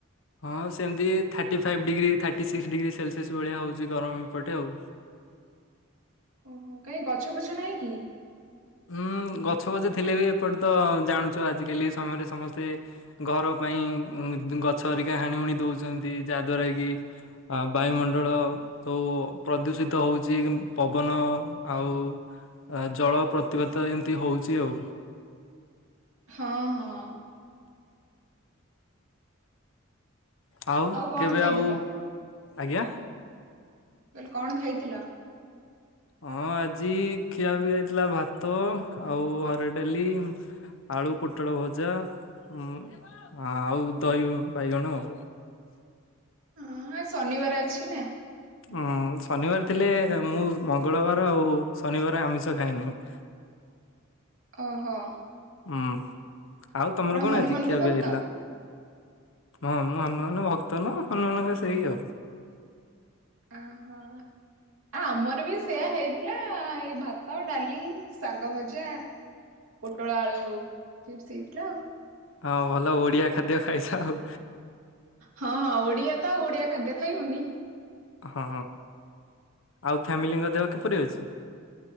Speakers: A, on the left; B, on the right.
A: ହଁ ସେମିତି thirty five degree thirty six degree Celsius ଭଳିଆ ହଉଛି ଗରମ ଏପଟେ ଆଉ
B: ଓହୋ କାହିଁ ଗଛ ଫଛ ନାହିଁ କି?
A: ହୁଁ ଗଛ ବଛ ଥିଲେ ବି ଏପଟେ ତ ଜାଣୁଛୁ ଆଜିକାଲି ସମୟରେ ସମସ୍ତେ ଘର ପାଇଁ ଗଛ ହେରିକା ହାଣି ହୁଣି ଦେଉଛନ୍ତି ଯାହାଦ୍ୱାରା କି ଆ ବାୟୁମଣ୍ଡଳ ତ ପ୍ରଦୂଷିତ ହଉଚି ପବନ ଆଉ ଆ ଜଳ ପ୍ରତିବତ ଏମିତି ହେଉଛି ଆଉ।
B: ହଁ ହଁ।
A: ଆଉ
B: କଣ
A: କେବେ
B: ଖାଇଥିଲ?
A: ଆଉ ଆଜ୍ଞା।
B: କହିଲି କଣ ଖାଇଥିଲ?
A: ହଁ ଆଜି ଖିଆ ପିଆ ହେଇଥିଲା ଭାତ ଆଉ ହରଡ ଡାଲି ଆଳୁ ପୋଟଳ ଭଜା ଉ ଆଉ ଦହି ବାଇଗଣ ଆଉ
B: ଉଁ ଆଜି ଶନିବାରେ ଅଛି ନା।
A: ଉଁ ଶନିବାର ଥିଲେ ମୁଁ ମଙ୍ଗଳ ବାର ଆଉ ଶନିବାର ଆମିଷ ଖାଏନାହିଁ। <inaudible>
B: ଓହୋ।
A: ଉଁ ଆଉ
B: ଆପଣ
A: ତମର କଣ
B: ହନୁମାନଙ୍କ
A: ଆଜି ଖିଆ
B: ଭକ୍ତ
A: ପିଆ ହେଇଥିଲା? ହଁ ମୁଁ ହନୁମାନ ଭକ୍ତ ନୁ ହନୁମାନଙ୍କ ସେଇ ଆଉ।
B: ଓହୋ। ଆ ଆମର ବି ସେଇଆ ହେଇଥିଲା ଏଇ ଭାତ ଡାଲି ଶାଗ ଭଜା।
A: <inaudible>
B: ପୋଟଳ ଆଳୁ ଚିପ୍ସ ହେଇଥିଲା ଆଉ
A: ହଁ ଭଲ ଓଡିଆ ଖାଦ୍ୟ ଖାଇସ ଆଉ
B: ହଁ ହଁ ଓଡିଆ ତ ଆଉ ଓଡିଆ ଖାଦ୍ୟ ଖାଇବୁନି।
A: ହଁ ଆଉ ଫ୍ୟାମିଲିଙ୍କ ଦେହ କିପରି ଅଛି?